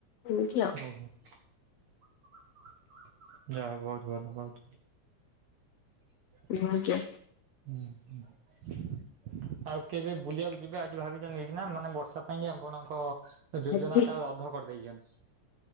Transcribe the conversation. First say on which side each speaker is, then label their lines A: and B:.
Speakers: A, on the left; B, on the right.
A: ଏମିତି ଆଉ।
B: ଓହୋ ଯାହା ହଉ ବହୁତ ଭଲ ବହୁତ <unintelligible>
A: ନୂଆ ଆଜ୍ଞା।
B: ହୁଁ ହୁଁ। ଆଉ କେବେ ବୁଲିବାକୁ ଯିବେ ଆଜି ଭାବିଚନ୍ତି ଏହିକିନା ମାନେ ବର୍ଷା ପାଇଁ କି ଆପଣଙ୍କ ଯୋଜନା
A: ଆଜି
B: ତା ରଦ୍ଧ କରି ଦେଇଚନ୍ତି।